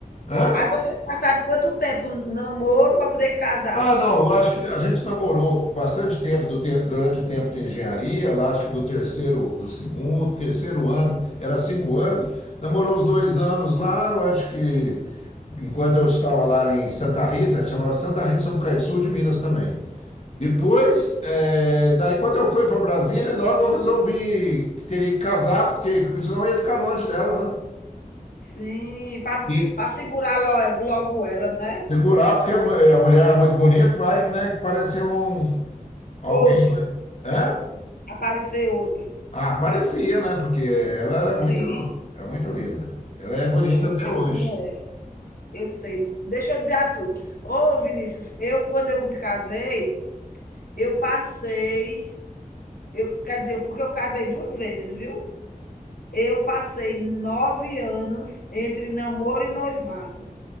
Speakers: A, on the left; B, on the left.
A: Hã?
B: Aí vocês passaram quanto tempo namoro para poder casar?
A: Ah, não, eu acho que a gente namorou bastante tempo do te- durante o tempo de engenharia, lá acho que do terceiro, do segundo, terceiro ano, era cinco anos, namorou uns dois anos lá, eu acho que enquanto eu estava lá em Santa Rita, chamava Santa Rita de Sapucaí, sul de Minas também. Depois, eh, daí quando eu fui para Brasília, logo eu resolvi que teria que casar, porque senão eu ia ficar longe dela, né?
B: Sim,
A: E
B: para segurar logo logo ela, né.
A: segurar, porque a mu- a mulher é muito bonita, vai, né, que parece um alguém,
B: Outro,
A: né? Hã?
B: aparecer outro.
A: Ah, parecia, né? Porque ela era muito,
B: Sim,
A: é muito linda. Ela é bonita
B: eu
A: até
B: sei
A: hoje.
B: como é, eu sei. Deixa eu dizer a tu, ô Vinícius, eu quando eu me casei, eu passei eu quer dizer, porque eu casei 2 vezes, viu. Eu passei 9 anos entre namoro e noivado.